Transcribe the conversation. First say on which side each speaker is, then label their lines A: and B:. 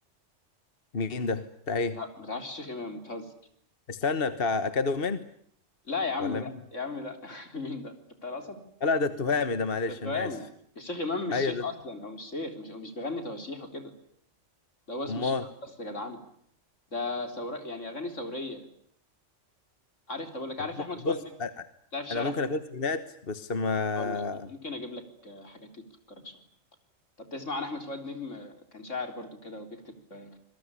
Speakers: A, on the left; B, on the left.
A: مين ده بتاع ايه
B: لا ما تعرفش الشيخ امام بتهزر
A: استنى بتاع اكادومين
B: لا يا عم
A: ولا
B: ده
A: مين
B: يا عم ده <laughs> مين ده بتاع الاسد
A: لا ده التهامي ده معلش
B: انت
A: انا
B: جامد
A: اسف
B: الشيخ امام مش
A: ايوه
B: شيخ
A: ده
B: اصلا هو مش شيخ مش هو مش بيغني تواشيح وكده ده هو اسمه
A: امال
B: الشيخ امام بس يا جدعانه ده ثوره يعني اغاني ثوريه عارف طب اقول لك عارف
A: أنا م-
B: احمد فؤاد
A: بص
B: نجم
A: أ-
B: تعرف شعر
A: انا ممكن
B: احمد
A: اكون سمعت بس ما
B: هقول لك ممكن اجيب لك حاجات كده تفكرك شويه طب تسمع عن احمد فؤاد نجم آه، كان شاعر برضو كده وبيكتب آه،